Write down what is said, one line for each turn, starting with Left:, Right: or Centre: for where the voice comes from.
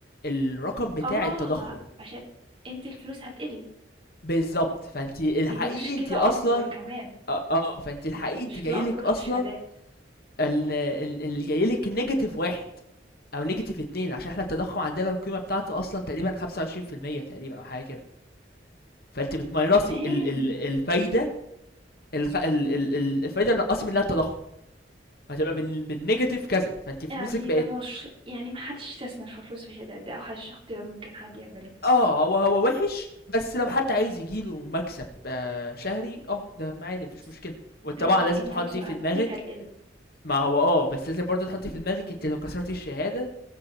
Left: الرقم بتاع
Right: اه
Left: التضخم
Right: عشان انت الفلوس هتقل
Left: بالظبط فانت الحقيقي
Right: يعني دي مشكلة
Left: انت اصلا
Right: أكبر كمان
Left: اه آه، فانت الحقيقي
Right: مشكلة
Left: انت جايلك
Right: أكبر
Left: اصلا
Right: للشهادات،
Left: ال- ال- اللي جاي لك نيجاتيف واحد او نيجاتيف اتنين عشان احنا التضخم عندنا القيمه بتاعته اصلا تقريبا 25% تقريبا او حاجه كده فانت بتماينصي
Right: تمام،
Left: ال- ال- الفايده الخ- ال- ال- ال- الفايده اللي نقصي منها التضخم هتبقى بال- بالنيجاتيف كذا فانت فلوسك
Right: يعني
Left: بقت
Right: ده مش يعني ما حدش يستثمر في فلوسه في الشهادات، ده أوحش اختيار ممكن حد يعمله،
Left: اه هو هو وحش بس لو حد عايز يجيله مكسب آه، شهري اه ده عادي مفيش
Right: بس
Left: مشكله وطبعا
Right: فكده
Left: لازم
Right: قيمة
Left: تحطي
Right: فلوسه
Left: في
Right: ه-
Left: دماغك
Right: أكيد هتقل،
Left: ما هو اه بس لازم برضه تحطي في دماغك انت لو كسرتي الشهاده